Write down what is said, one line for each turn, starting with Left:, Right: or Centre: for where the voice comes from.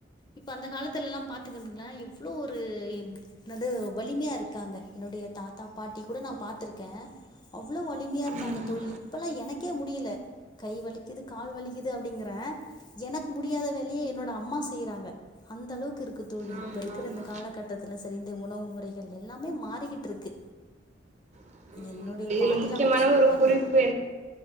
Left: இப்போ அந்த காலத்துலலா பாத்துக்கணுங்களேன் எவ்வளோ ஒரு என்னது வலிமையாக இருக்காங்க என்னுடைய தாத்தா பாட்டி கூட நான் பாத்துருக்கேன் அவ்வளோ வலிமையாக இருந்தாங்க
Right: ம்
Left: தோழி இப்போல்லா எனக்கே முடியலை கை வலிக்குது கால் வலிக்குது அப்படிங்குற எனக்கு முடியாத வேலையை என்னோட அம்மா செய்கிறாங்க அந்த அளவுக்கு இருக்கு தோழி
Right: ஆமா
Left: இப்ப இருக்கிற
Right: ஆமா
Left: இந்த காலகட்டத்துல செரிந்த உணவு முறைகள் எல்லாமே மாறிக்கிட்டு இருக்கு
Right: ஆமா
Left: என்னுடைய
Right: தோழி
Left: பாட்டிலா
Right: இதுல முக்கியமான
Left: கூட சொல்லுவாங்க
Right: ஒரு குறிப்பு